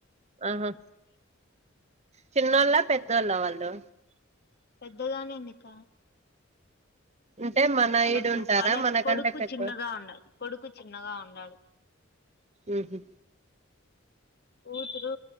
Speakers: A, on the right; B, on the left.
A: ఆహా చిన్నోళ్ళ పెద్దోళ్ళ వాళ్ళు
B: పెద్దగానే ఎందిక
A: అంటే మన
B: వాళ్ళ
A: ఈడు ఉంటారా
B: వాళ్ళ
A: మనకంటే
B: కొడుకు
A: పెద్ద
B: చిన్నగా ఉండాలి కొడుకు చిన్నగా ఉండాడు
A: ఆహ
B: కూతురు